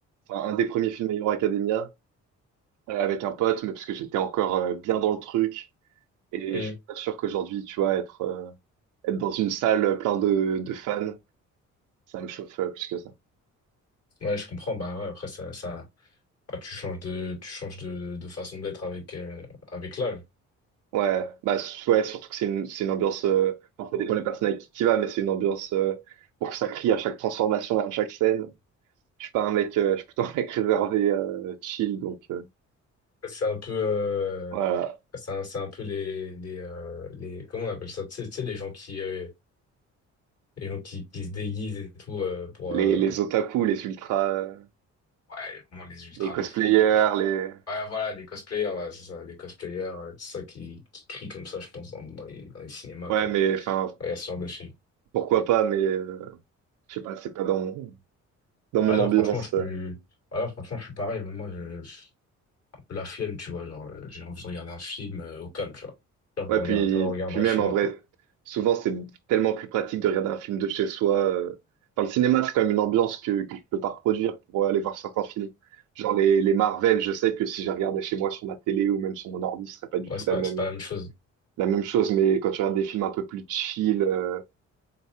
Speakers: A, on the right (about 85°); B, on the left (about 55°).
A: enfin, un des premiers films My Hero Academia euh, avec un pote, mais parce que j'étais encore euh, bien dans le truc. Et
B: Hmm.
A: je suis pas sûr qu'aujourd'hui, tu vois, être, euh, être dans une salle plein de, de fans, ça me chauffe euh, plus que ça.
B: Ouais, je comprends. Bah ouais, après, ça, ça, ah, tu changes de, tu changes de, de façon d'être avec, euh, avec l'âge.
A: Ouais, bah s- ouais, surtout que c'est une, c'est une ambiance. euh, Enfin, ça dépend des personnes avec qui tu vas, mais c'est une ambiance euh, pour que ça crie à chaque transformation et à chaque scène. Je suis pas un mec, euh, je suis plutôt un mec réservé, euh, chill, donc euh,
B: C'est un peu, euh,
A: voilà.
B: c'est un, c'est un peu les, les, euh, les, comment on appelle ça? Tu sais, tu sais, les gens qui, euh, les gens qui, qui se déguisent et tout euh, pour
A: Les,
B: euh,
A: les otaku, les ultras, euh,
B: ouais vraiment les ultras
A: les cosplayers,
B: de fou tu vois je-
A: les...
B: ouais voilà les cosplayers ouais, c'est ça les cosplayers euh, c'est ça qui, qui crient comme ça je pense dans, dans les, dans les cinémas
A: Ouais,
B: quand
A: mais
B: quand
A: enfin,
B: il y a ce genre de film
A: pourquoi pas, mais euh, je sais pas, c'est pas dans mon, dans mon
B: alors
A: ambiance.
B: franchement je suis
A: euh.
B: alors franchement je suis pareil mais moi je, un peu la flemme tu vois genre euh, j'ai envie de regarder un film euh, au calme tu vois Genre, je
A: Ouais,
B: le regarde
A: puis,
B: je le regarderai
A: puis même,
B: chez
A: en
B: moi
A: vrai,
B: quoi
A: souvent, c'est tellement plus pratique de regarder un film de chez soi. euh. Enfin, le cinéma, c'est quand même une ambiance que, que je peux pas reproduire pour aller voir certains films. Genre les, les Marvel, je sais que si je les regardais chez moi sur ma télé ou même sur mon ordi, ce serait pas du
B: ouais
A: tout
B: c'est
A: la
B: pas
A: même,
B: c'est pas la même chose
A: la même chose, mais quand tu regardes des films un peu plus chill, euh,